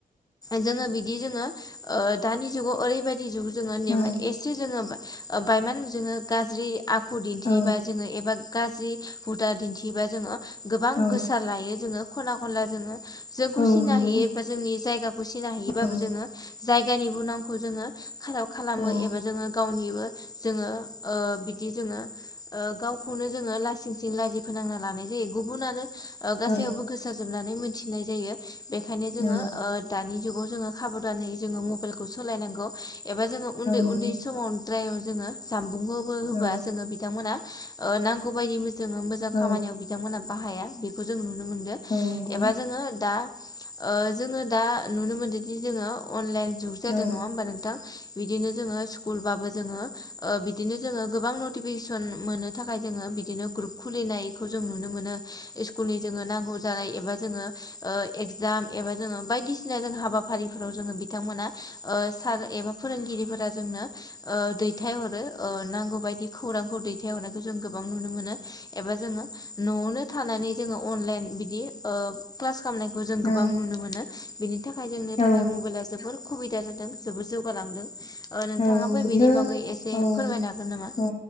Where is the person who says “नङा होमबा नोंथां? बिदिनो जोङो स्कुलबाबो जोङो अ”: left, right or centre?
Left